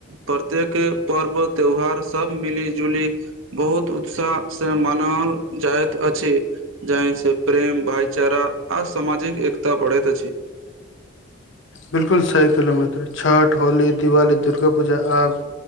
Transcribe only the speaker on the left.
बिल्कुल सही कहलौ मित्र छठ होली दिवाली दुर्गा पूजा आब